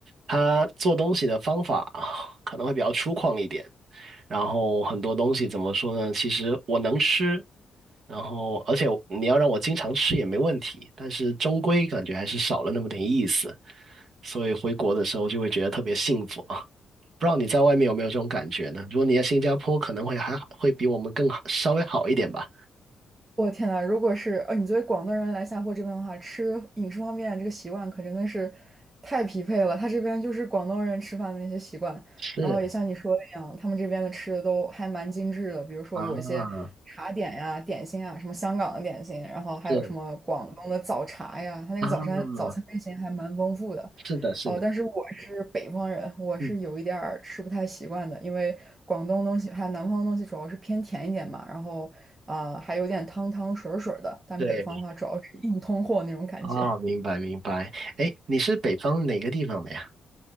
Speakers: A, on the right (about 50°); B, on the right (about 20°).
A: 他做东西的方法啊可能会比较粗犷一点。然后很多东西怎么说呢？其实我能吃，然后而且你要让我经常吃也没问题，但是终归感觉还是少了那么点意思。所以回国的时候就会觉得特别幸福啊！<laughs> 不知道你在外面有没有这种感觉呢？如果你在新加坡，可能会还会比我们更好，稍微好一点吧。
B: 我天呐，如果是呃，你作为广东人来下坡这边的话，吃饮食方面这个习惯可真的是太匹配了。他这边就是广东人吃饭的那些习惯，
A: 是
B: 然后也像你说的一样，他们这边的吃的都还蛮精致的，比如说有一些茶点呀、
A: 啊，
B: 点心啊，什么香港的点心，然后还有什么广东的早茶呀，
A: 是
B: 他那个早餐早餐类型还蛮丰富的。
A: 啊，是的，是的，
B: 哦，但是我是北方人，我是有一点儿吃不太习惯的，
A: 嗯，
B: 因为广东东西还有南方的东西主要是偏甜一点嘛，然后呃还有点汤汤水儿水儿的，但北方的话主要是硬通货那种感觉。
A: 对，哦，明白明白。哎，你是北方哪个地方的呀？